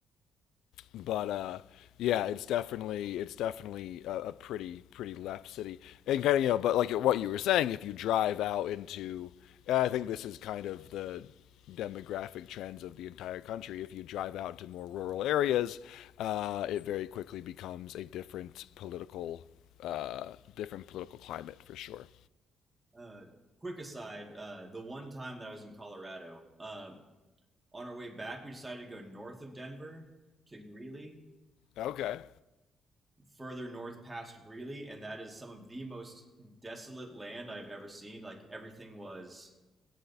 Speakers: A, on the left; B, on the right.
A: but uh, yeah, it's definitely it's definitely a, a pretty pretty left city, and kind of you know, but like what you were saying, if you drive out into, and I think this is kind of the demographic trends of the entire country. If you drive out to more rural areas, uh, it very quickly becomes a different political uh, different political climate for sure.
B: Uh, quick aside, uh, the one time that I was in Colorado, uh, on our way back, we decided to go north of Denver to Greeley
A: Okay.
B: further north past Greeley, and that is some of the most desolate land I've ever seen. Like everything was